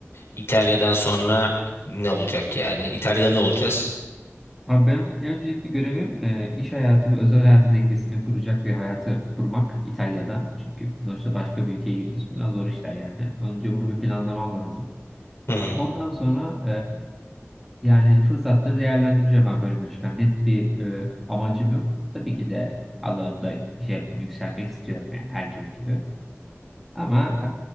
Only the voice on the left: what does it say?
İtalya'dan sonra ne olacak yani? İtalya'da ne olacağız?
Hmm,